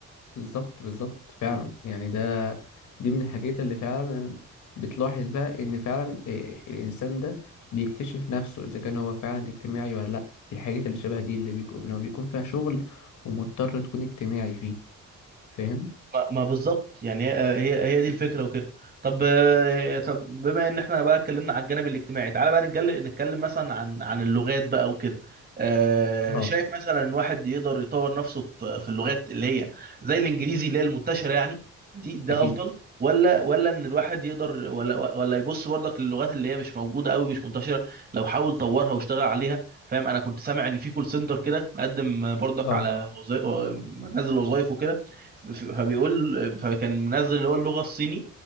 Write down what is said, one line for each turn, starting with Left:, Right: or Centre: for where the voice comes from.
Left: بالظبط بالظبط فعلا يعني ده دي من الحاجات اللي فعلا بتلاحظ بقى ان فعلا إيه الانسان ده بيكتشف نفسه اذا كان هو فعلا اجتماعي ولا لا في الحاجات اللي شبه دي اللي بيكون لو بيكون فيها شغل ومضطر تكون اجتماعي فيه فاهم
Right: ما ما بالظبط يعني هي هي هي دي الفكره وكده طب آه، طب بما ان احنا بقى اتكلمنا على الجانب الاجتماعي تعالى بقى نتكلم نتكلم مثلا عن عن اللغات بقى وكده آه،
Left: اه
Right: شايف مثلا ان واحد يقدر يطور نفسه في في اللغات اللي هي زي الانجليزي اللي هي المنتشره يعني دي ده
Left: اكيد
Right: افضل ولا ولا ان الواحد يقدر ولا ولا يبص برضك للغات اللي هي مش موجوده قوي مش منتشره لو حاول طورها واشتغل عليها فاهم انا كنت سامع ان في كول سنتر كده مقدم برضك
Left: اه
Right: على وظائف مجال الوظائف وكده ف- ف- فبيقول فكان منزل اللي هو اللغه الصيني